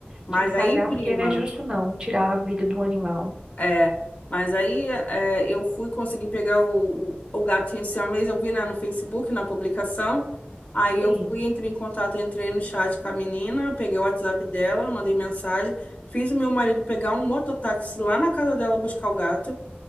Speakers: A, on the left (about 40°); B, on the right (about 20°).
A: Mas
B: Tinha que pagar
A: aí, prima.
B: porque não é justo não tirar a vida do animal.
A: É, mas aí é, eu fui conseguir pegar o, o, o gato tinha esse mês, eu vi, né, no Facebook, na publicação. Aí
B: Sim.
A: eu fui, entrei em contato, entrei no chat com a menina, peguei o WhatsApp dela, mandei mensagem, fiz o meu marido pegar um mototáxi lá na casa dela buscar o gato,